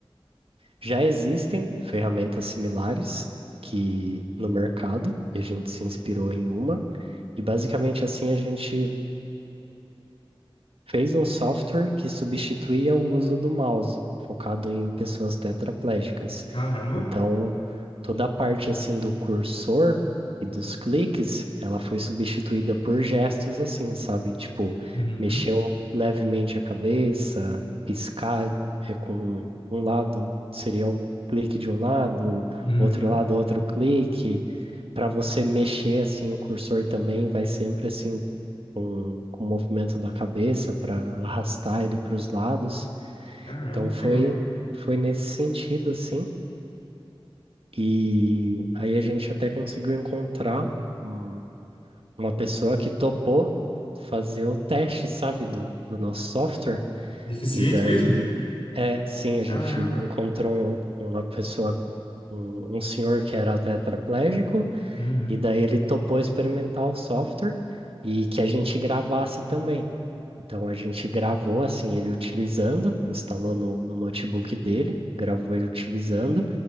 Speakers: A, on the right; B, on the left.
A: Já existem ferramentas similares que no mercado, e a gente se inspirou em uma. E basicamente assim a gente fez um software que substituía o uso do mouse, focado em pessoas tetraplégicas.
B: Caramba.
A: Então, toda a parte assim do cursor e dos cliques, ela foi substituída por gestos assim, sabe? Tipo,
B: Uhum.
A: mexer um- levemente a cabeça, piscar é, com um lado seria um clique de um lado,
B: Uhum.
A: outro lado outro clique. Para você mexer assim o cursor também vai sempre assim com, com o movimento da cabeça para arrastar ele para os lados.
B: Caramba,
A: Então foi,
B: que legal.
A: foi nesse sentido, assim. E aí a gente até conseguiu encontrar um- uma pessoa que topou fazer o teste, sabe, do, do nosso software.
B: Deficiente
A: E daí,
B: mesmo?
A: é, sim, a gente
B: Caramba.
A: encontrou um- uma pessoa, um, um senhor que era tetraplégico,
B: Uhum.
A: e daí ele topou experimentar o software e que a gente gravasse também. Então a gente gravou assim ele utilizando, instalou no, no notebook dele, gravou ele utilizando